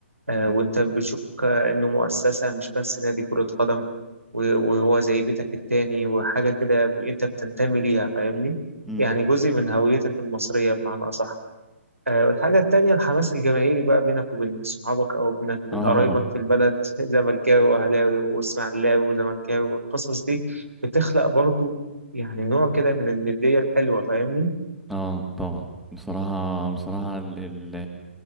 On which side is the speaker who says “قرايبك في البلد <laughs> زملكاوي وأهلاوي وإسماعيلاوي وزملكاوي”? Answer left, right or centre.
Right